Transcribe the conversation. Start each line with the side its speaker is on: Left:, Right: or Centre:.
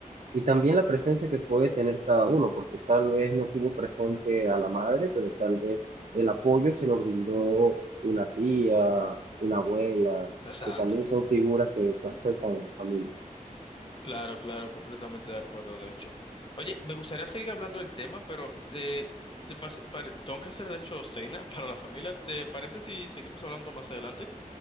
Right: Y también la presencia que puede tener cada uno, porque tal vez no tuvo presente a la madre, pero tal vez el apoyo se lo brindó una tía, una abuela,
Left: Exacto.
Right: que también son figuras que, que afectan a la familia.
Left: Claro, claro, completamente de acuerdo, de hecho. Oye, me gustaría seguir hablando del tema, pero eh, te pas- pare- tengo que hacer, de hecho, cena <laughs> para la familia. ¿Te parece si seguimos hablando más adelante?